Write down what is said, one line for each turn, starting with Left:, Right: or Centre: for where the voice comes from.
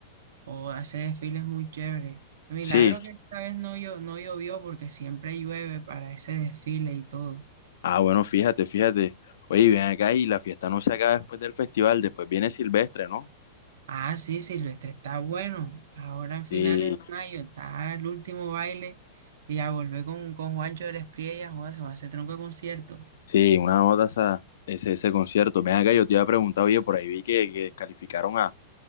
Right: O ese desfile es muy chévere. Milagro
Left: Sí.
Right: que esta vez no, llo- no llovió porque siempre llueve para ese desfile y todo.
Left: Ah, bueno, fíjate, fíjate. Oye, ven acá y la fiesta no se acaba después del festival, después viene Silvestre, ¿no?
Right: Ah, sí, Silvestre, está bueno. Ahora en finales
Left: Sí,
Right: de mayo está el último baile y a volver con, con Juancho de la Espriella, o eso va a ser tronco de concierto.
Left: sí, una nota esa, ese, ese concierto. Ven acá, yo te iba a preguntar, oye, por ahí vi que, que descalificaron a,